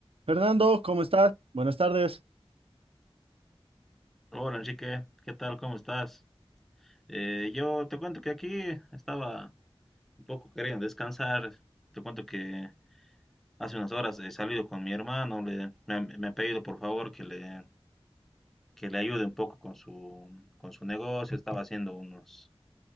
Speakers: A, on the right; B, in the centre.
A: Fernando, ¿cómo estás? Buenas tardes.
B: Hola Enrique, ¿qué tal? ¿Cómo estás? Eh, yo te cuento que aquí estaba un poco queriendo descansar. Te cuento que hace unas horas he salido con mi hermano. le- me, ha, me ha pedido por favor que le, que le ayude un poco con su, con su negocio. Estaba haciendo unos,